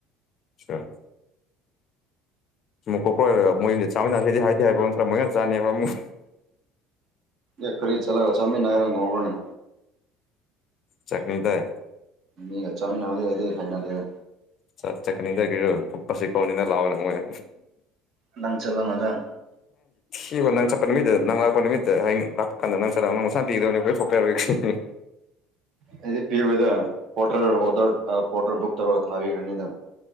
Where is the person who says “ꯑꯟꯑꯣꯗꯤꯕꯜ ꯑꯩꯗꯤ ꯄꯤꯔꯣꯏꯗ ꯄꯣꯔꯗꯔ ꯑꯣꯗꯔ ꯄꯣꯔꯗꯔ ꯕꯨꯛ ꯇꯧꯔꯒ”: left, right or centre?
Right